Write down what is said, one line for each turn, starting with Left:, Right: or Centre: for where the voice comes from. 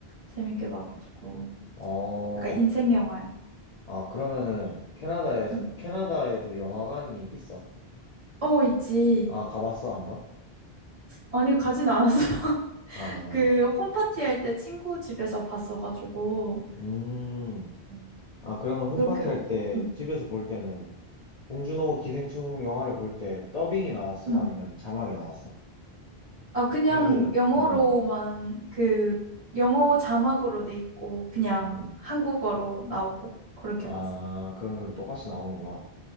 Right: 재밌게 봐가지고.
Left: 어,
Right: 약간 인생 영화야.
Left: 아, 그러면은 캐나다에서,
Right: 응.
Left: 캐나다에도 영화관이 있어?
Right: 어, 있지.
Left: 아, 가봤어, 한 번?
Right: 아니, 가진 않았어.
Left: 아,
Right: 그 홈파티 할 때 친구 집에서 봤어가지고
Left: 음.
Right: 음.
Left: 아, 그러면 홈파티
Right: 그렇게
Left: 할 때,
Right: 음,
Left: 집에서 볼 때는, 봉준호 기생충 영화를 볼 때 더빙이 나왔어?
Right: 음.
Left: 아니면 자막이 나왔어?
Right: 아 그냥
Left: 걔네들은,
Right: 영어로만
Left: 음,
Right: 그 영어 자막으로 돼 있고 그냥
Left: 음.
Right: 한국어로 나오고 그렇게
Left: 아,
Right: 봤어.
Left: 그건 그렇게 똑같이 나오는구나.